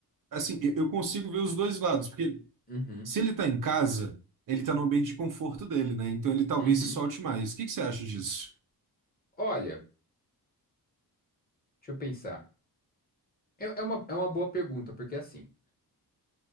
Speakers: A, on the right; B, on the left.
A: Assim, eu eu consigo ver os dois lados, porque
B: Uhum,
A: Se ele tá em casa, ele tá no ambiente de conforto dele, né? Então ele talvez
B: uhum.
A: se solte mais. O que que você acha disso?
B: Olha, deixa eu pensar. É, é uma, é uma boa pergunta, porque assim,